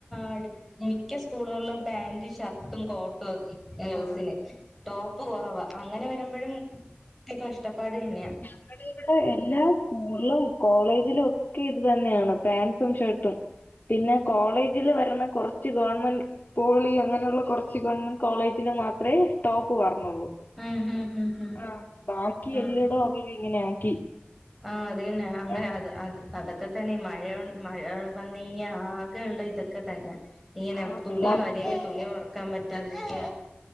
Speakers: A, in the centre; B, on the left.
A: അടി മിക്ക സ്കൂളുകളിലും പാന്റ് ഷർട്ടും കോട്ടുക്കേ ഗേൾസിന്
B: ആഹ്
A: ടോപ്പ് കുറവ അങ്ങനെ വരുമ്പഴും ഇത്തി കഷ്ടപ്പാട് തന്നെയാ
B: <inaudible> ഇവിടെ എല്ലാ സ്കൂളിലും കോളേജിലും ക്കെ ഇത് തന്നെയാണ് പാൻസും ഷർട്ടും പിന്നെ കോളേജിൽ വരണ കൊറച്ഗവൺമെന്റ് പോളി അങ്ങനെള്ള കൊറ ശീ ഗവൺമെന്റ് കോളേജില് മാത്രെ ടോപ്പ് പറഞ്ഞുള്ളൂ
A: ഉം ഉം ഉം ഉം
B: ആഹ് ബാക്കി
A: ആഹ്
B: എല്ലടോ അവര് ഇങ്ങനെ ആക്കി
A: ആഹ് അതന്നെ അങ്ങനെ
B: ആഹ്
A: അത് അത് അതൊക് ക്കെ തന്നെ മഴ മഴ വന്നു കഴിഞ്ഞാ ആകെള്ള ഇതൊക്കെ തന്നെയാ ഇങ്ങനെ
B: ആ
A: തുണി
B: പിള്ളേർക്ക്
A: അഴെല്
B: ഭയങ്കര
A: തുണി ഒറ ക്കാ പറ്റാതിരിക